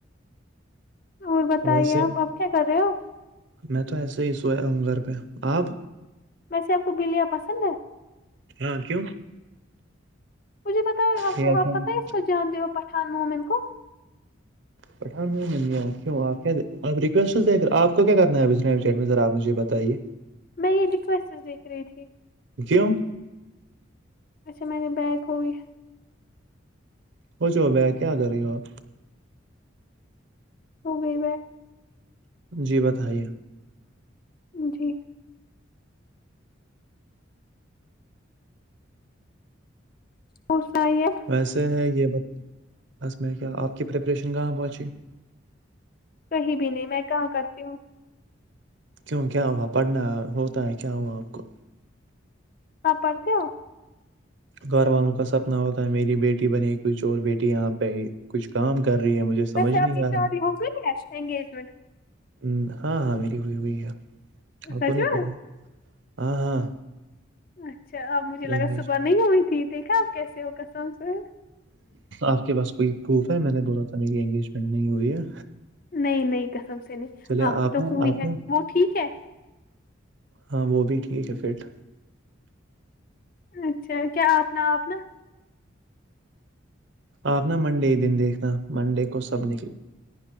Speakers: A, on the left; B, on the right.
A: اور بتائیے
B: ویسے
A: آپ آپ کیا کر رہے ہو
B: میں تو ایسے ہی سویا ہوں گھر پہ آپ
A: ویسے آپ کو بلیاں پسند ہے
B: ہاں کیوں
A: مجھے پتا آپ
B: یہ اچانک
A: آپ پتہ ہے اس کو جانتے ہو پٹھ مومن کو
B: پٹھان میں کیوں آپ آپ آپ کو کیا کرنا ہے میں سرپجھے بتائیے
A: میں یہ ریکویسٹ دیکھ رہی تھی
B: کیوں
A: اچھا میں نے بیگ ہوئی
B: ہو جوو میں کیا کر رہی ہووں
A: ہوگئی
B: جی بتائیے
A: جی پسائیت
B: ویسے ہے یہ بس میں کیا آپ کی پریپریشن کہاں پہنچی
A: کہیں بھی نہیں میں کہاں کرتی ہوں
B: کیوں کیا ہوا پڑھنا ہوتا ہے کیا ہوا آپ کو
A: آپ پڑھتے ہو
B: گھر والوں کا سپنا ہوتا ہے میری بیٹی بنی کچھ اور بیٹی یہاں پہ کچھ کام کر رہی ہے مجھے سمجھ
A: ویسے
B: نہیں
A: آپ کی
B: آ رہا
A: شادی ہو گئی ہے انگیجمنٹ
B: ہ ہاں ہاں میری ہوئی ہوئی ہے آپ
A: سچ
B: کو نہیں
A: میں
B: پتا ہاں ہاں
A: اچھا اب مجھے لگا
B: انگیج
A: صبح نہیں ہوئی تھی دیکھا آپ کیسے ہو کسم سے
B: آپ کے پاس کوئی پروف ہے میں نے د ر تھا میری انگیجمنٹ نہیں ہوئی ہے
A: نہیں نہیں کسم سے نہیں
B: چلے
A: آپ کی تو
B: نا
A: ہوئی
B: آپ
A: ہے
B: نا
A: وہ ٹھیک ہے
B: ہاں وہ بھی ٹھیک ہے پھرٹ
A: اچھا کیا آپ نے آپ نا
B: آپ نا منڈے کے دن دیکھنا منڈے کو سب نے